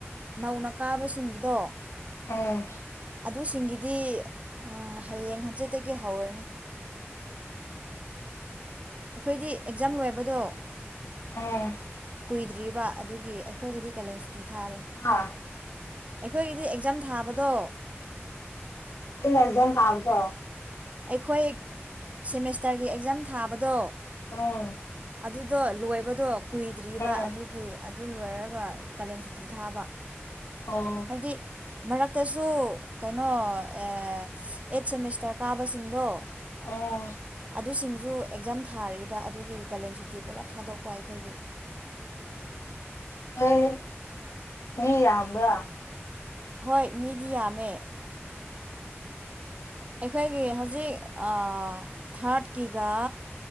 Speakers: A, on the right; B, on the left.
A: ꯅꯧꯅ ꯀꯥꯕꯁꯤꯡꯒꯤꯗꯣ
B: ꯑꯝ
A: ꯑꯗꯨꯁꯤꯡꯒꯤꯗꯤ ꯎꯝ ꯍꯌꯦꯡ ꯍꯪꯆꯤꯠꯇꯒꯤ ꯍꯧꯔꯅꯤ ꯑꯩꯈꯣꯏꯗꯤ ꯑꯦꯛꯖꯥꯝ ꯂꯣꯏꯕꯗꯣ
B: ꯎꯝ
A: ꯀꯨꯏꯗ꯭ꯔꯤꯕ ꯑꯗꯨꯒꯤ ꯑꯩꯈꯣꯏꯒꯤꯗꯤ ꯀꯥꯂꯦꯟ ꯁꯨꯇꯤ ꯊꯥꯔꯦ
B: ꯍꯥꯥ
A: ꯑꯩꯈꯣꯏꯒꯤꯗꯤ ꯑꯦꯛꯖꯥꯝ ꯊꯥꯕꯗꯣ
B: <unintelligible> ꯑꯦꯛꯖꯥꯝ ꯊꯥꯕꯗꯣ
A: ꯑꯩꯈꯣꯏ ꯁꯦꯃꯤꯁꯇꯔꯒꯤ ꯑꯦꯛꯖꯥꯝ ꯊꯥꯕꯗꯣ
B: ꯎꯝ
A: ꯑꯗꯨꯗꯣ ꯂꯣꯏꯕꯗꯣ ꯀꯨꯏꯗ꯭ꯔꯤꯕ
B: ꯎꯝ
A: ꯑꯗꯨꯒꯤ ꯑꯠ ꯗꯨ ꯂꯣꯏꯔꯒ ꯀꯥꯂꯦꯟ ꯁꯨꯇꯤ ꯊꯥꯕ
B: ꯑꯣ
A: ꯍꯥꯏꯕꯗꯤ ꯃꯔꯛꯇꯁꯨ ꯀꯩꯅꯣ ꯑꯦ ꯑꯦꯠ ꯁꯦꯃꯤꯁꯇꯔ ꯀꯥꯕꯁꯤꯡꯗꯣ
B: ꯎꯝ
A: ꯑꯗꯨꯁꯤꯡꯖꯨ ꯑꯦꯛꯖꯥꯝ ꯊꯥꯔꯤꯕ ꯑꯗꯨꯒꯤ ꯀꯥꯂꯦꯟ ꯁꯨꯇꯤ ꯄꯨꯂꯞ ꯊꯥꯗꯣꯛꯄ ꯑꯩꯈꯣꯏꯒꯤ
B: ꯅꯣꯏ ꯃꯤ ꯌꯥꯝꯕ꯭ꯔꯥ
A: ꯍꯣꯏ ꯃꯤꯗꯤ ꯌꯥꯝ‌ꯃꯦ ꯑꯩꯈꯣꯏꯒꯤ ꯍꯧꯖꯤꯛ ꯑ ꯊꯥ꯭ꯔꯠꯀꯤꯒ